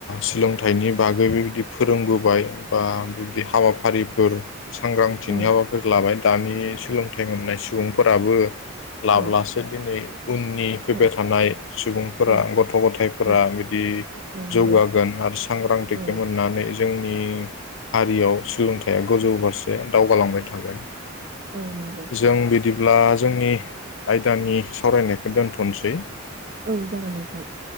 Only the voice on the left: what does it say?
सोलोंथाइनि बागै बेबायदि फोरोंबोबाय बा बिब्दि हाबाफारिफोर सांग्रांथिनि
हाबाफारि लाबाय दानि सोलोंथाइ मोननाय सुबुं फोराबो
लाब्लासो दिनै उननि फैबाय
थानाय सुबुंफोरा
गथ' गथायफोरा
बिदि
जौगागोन आरो सांग्रांथिखौ
मोननानै जों नि हारियाव सोलोंथाइया गोजौ फारसे दावगालांबाय थागोन।
जों बिदि ब्ला जोंनि आयदानि सावरायनायखौ दोनथ'सै।